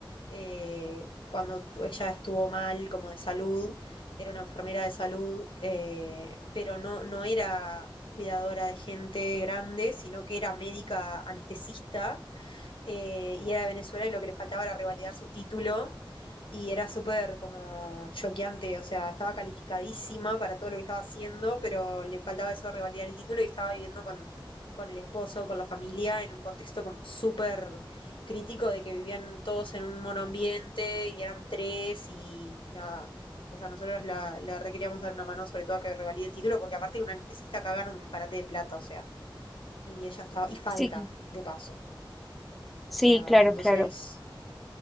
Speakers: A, on the left; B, in the centre.
A: eh, cuando ella estuvo mal, como de salud, era una enfermera de salud, eh, pero no, no era cuidadora de gente grande, sino que era médica anestesista eh, y era de Venezuela y lo que le faltaba era revalidar su título y era súper como choqueante, o sea, estaba calificadísima para todo lo que estaba haciendo, pero le faltaba eso de revalidar el título y estaba viviendo con, con el esposo, con la familia, en un contexto como súper crítico de que vivían todos en un monoambiente y eran tres y nada. O sea, nosotros la, la requeríamos dar una mano sobre todo a que revalide el título, porque aparte de un anestesista cagaron un disparate de plata, o sea, y ella estaba, y faltan,
B: sí,
A: de paso.
B: sí,
A: O sea,
B: claro,
A: entonces
B: claro.